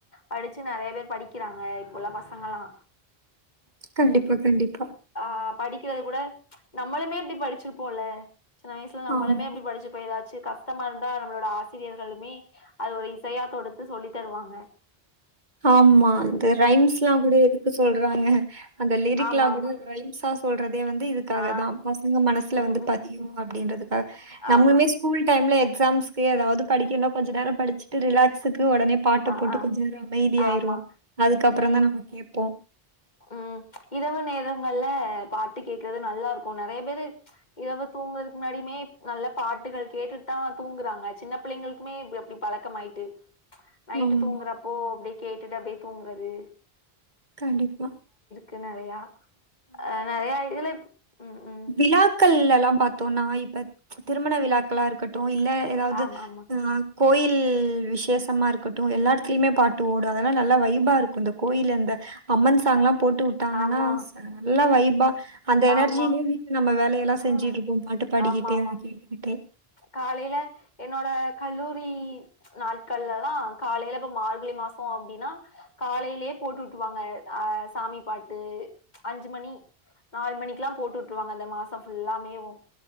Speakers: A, on the left (about 45°); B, on the right (about 50°).
A: படிச்சு நெறைய பேர் படிக்கிறாங்க இப்பவுல்ல பசங்கலா.
B: கண்டிபா கண்டிப்பா.
A: ஆ படிக்கிறது கூட ப்ச் நம்மளுமே இப்டி படிச்சிருப்போல. சின்ன வயசில நம்மலுமே
B: ஆமா.
A: இப்டி படிச்சிருப்போ ஏதாச்சு சி கஷ்டமாருந்தா நம்மளோட ஆசிரியர்களுமே அது ஒரு இசையா தொடுத்து சொல்லித்தருவாங்க.
B: ஆம்மா இந்த ரைம்ஸ்லா கூட எதுக்கு சொல்றாங்க. அந்த லிரிக்லா
A: ஆமா ஆமா
B: கூட ரைம்ஸா. சொல்றத் தே வந்து இதுக்காக
A: ஆ
B: தான் பசங்க மனசுல
A: ம்
B: வந்து
A: ம்
B: பதியு அப்டின்றதுக்காக நம்மளுமே
A: ஆமா
B: ஸ்கூல் டைம்ல எக் ஸாம்ஸ்க்கு ஏதாவது படிக்கணு கொஞ்ச நேரோ படிச்சிட்டு ரிலாக்ஸு க்கு ஒடனே பாட்டு
A: ஆ
B: போட்டு
A: ஆ
B: கொஞ்ச நேரோ ப்டி ஆயிருவோ
A: ஆமா
B: அதுக்கப்றோ
A: ம்
B: தா நம்ம கேப்போ.
A: ம் ப்ச் இரவு நேரங்கள்ல பாட்டு கேக்குறது நல்லாருக்கும் நெறைய பேரு ப்ச் இரவு தூங்குறதுக்கு முன்னாடியுமே நல்ல பாட்டுகள் கேட்டுட்டு தா தூங்குறாங்க சின்ன பிள்ளைங்ளுக்குமே இப்டி அப்டி பழக்கமாய்ட்டு. ப்ச் நைட்டு
B: ஆமா.
A: தூங்றப்போ அப்டியே கேட்டுட்டு அப்டே தூங்றது.
B: கண்டிப்பா.
A: இது நெறையா. அ, நெறையா இதுலப் ம். ம்
B: விழாக்கள் லெல்லா பாத்தோனா இப்ப ம்ச் திருமண விழாக்களா இருக்கட்டு. ஓ, இல்ல எதாவது
A: ஆமா
B: அ கோயில் விசேஷமா இருக்கட்டும் எல்லா எடத்துலிமே பாட்டு ஓடும் அதல்லா நல்லா வைஃபாருக்கும் இந்த கோயிலு இந்த அம்மன் சாங்லாம். போட்டு வுட்டாங்கனா
A: ஆமா
B: ஸ்ஸ நல்ல வைஃப். அந்த எனர்ஜீயிலே
A: ஆமா ஆமா
B: வீ நம்ம வேலயெல்லா செஞ்சுட்ருப்போம்
A: ஆ
B: பாட்டு பாடிகிட்டே
A: ஆமா ஆமா
B: அத கேட்டுக்கிட்டே
A: காலையில என்னோட கல்லூரி ப்ச் நாட்கள்லலா காலைல இப்ப மார்கழி மாசோ அப்டின்னா காலைலியே போட்டுட்ருவாங்க அஹ் சாமி பாட்டு ப்ச் அஞ்சு மணி நாலு மணிக்லா போட்டுட்ருவாங்க அந்த மாசம். ஃபுல்லாமேவும்